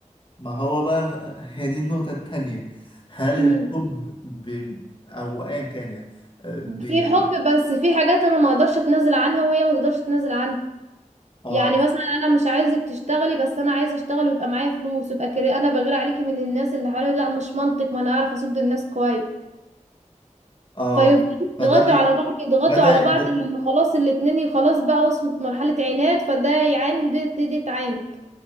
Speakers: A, on the left; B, on the right.
A: ما هو بقى <laughs> هي دي النقطة التانية هل
B: امم
A: الحب ب... أو أيا كان يعني آه، بي...
B: في
A: بي...
B: حب بس في حاجات انا ما اقدرش اتنازل عنها وهي ما تقدرش تتنازل عنها
A: آه
B: يعني مثلا انا مش عايزك تشتغلي بس انا عايزه اشتغل ويبقى معايا فلوس يبقى كري انا بغير عليكي من الناس اللي حواليا لا مش منطق ما انا اعرف اصد الناس كويس
A: آه
B: فيفضلوا
A: فده
B: يضغطوا
A: بي...
B: على بعض يضغطوا
A: ده ده
B: على
A: ده-
B: بعض لان خلاص الاتنين خلاص بقى وصلت مرحله عناد فده يعاند ودي دي تعاند